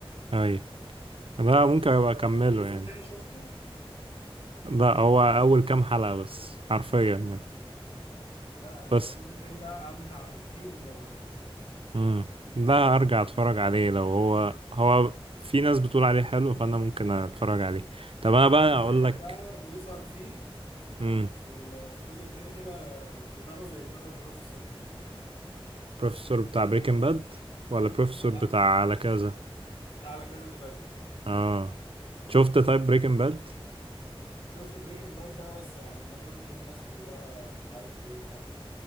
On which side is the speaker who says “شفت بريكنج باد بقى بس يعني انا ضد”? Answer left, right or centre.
Left